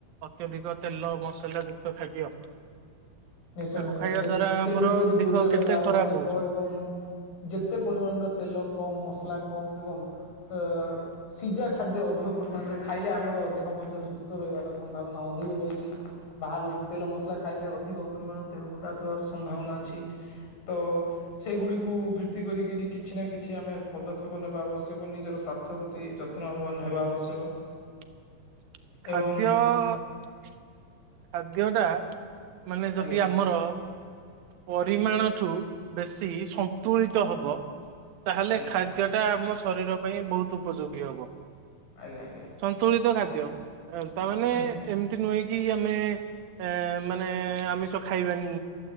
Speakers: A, on the right; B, on the left.
A: ଅତ୍ୟଧିକ ତେଲ ମସଲା ଯୁକ୍ତ ଖାଦ୍ୟ।
B: ନିଶ୍ଚୟ
A: ତାକୁ
B: ନିଶ୍ଚୟ
A: ଖାଇବା
B: ସେ
A: ଦ୍ଵାରା
B: ସେଗୁଡିକରୁ
A: ଆମର ଦେହ
B: ଦୂରରେ ରହିବା
A: କେତେ
B: ଆବଶ୍ୟକ
A: ଖରାପ ହଉଛି।
B: ଏବଂ ଯେତେ ପରିମାଣର ତେଲ କମ ମସଲା କମ ଏବଂ ଅ ସିଜା ଖାଦ୍ ଦ୍ୟ ଅଧିକ ପରିମାଣରେ ଖାଇଲେ ଆମର ଦେହ ମଧ୍ୟ ସୁସ୍ଥ ରହିବାର ସମ୍ଭାବନା ଅଧିକ ରହିଚି। ବାହାରୁ ତେଲ ମସଲା ଖାଇଲେ। ଅଧିକ ପରିମାଣ ଦେହ ଖରାପ ହେବାର ସମ୍ଭାବନା ଅଛି। ତ ସେଗୁଡିକୁ ଭିତି ତି କରିକରି କିଛି ନା କିଛି। ଆମେ ପଦକ୍ଷେପ ନେବା ଆବଶ୍ୟକ। ନିଜର ସ୍ୱାର୍ଥପ୍ରତି, ଯତ୍ନବାନ ହେବା ଆବଶ୍ୟକ।
A: <inaudible> ଖାଦ୍ୟ-ଅ
B: ଏବଂ
A: ଖାଦ୍ୟ ଟା ମାନେ ଯଦି
B: ଆଜ୍ଞା
A: ଆମର ପରିମାଣ ଠୁ ବେଶୀ ସନ୍ତୁଳିତ ହବ। ତାହେଲେ,
B: ଆଜ୍ଞା
A: ଖାଦ୍ୟ ଟା ଆମ ଶରୀର ପାଇଁ ବହୁତ ଉପଯୋଗୀ ହବ।
B: ଆଜ୍ଞା ଆଜ୍ଞା
A: ସନ୍ତୁଳିତ ଖାଦ୍ୟ। ତା'ମାନେ
B: ନିଶ୍ଚୟ
A: ଏମିତି ନୁହେଁ କିି ଆମେ ଏଁ ମାନେ, ଆମିଷ ଖାଇବାନି।